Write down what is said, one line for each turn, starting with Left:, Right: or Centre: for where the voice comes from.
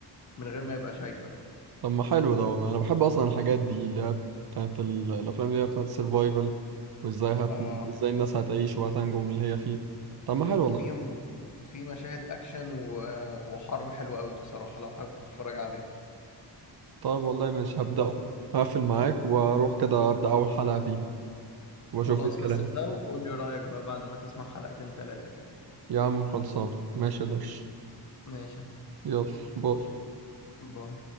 Left: من غير ما يبقى شايفك
Right: طب ما حلو ده والله أنا بحب أصلا الحاجات دي اللي هي بتاعت ال- الأفلام اللي هي بتاعت السرفايفل وإزاي هت...
Left: اه
Right: إزاي الناس هتعيش وهتنجو من اللي هي فيه طب ما حلو
Left: وفي
Right: والله
Left: في مشاهد أكشن و- وحرب حلوة قوي بصراحة لو حابب تتفرج عليه
Right: طيب والله ماشي هبدأه هقفل معاك وأروح كده أبدأ أول حلقة فيه
Left: خلاص
Right: وأشوف إيه الكلام
Left: بس ابدأ وقول لي رأيك بقى بعد ما تسمع حلقتين تلاتة كده
Right: يا عم خلصان ماشي يا درش
Left: ماشي يا معلم.
Right: يلا باي
Left: باي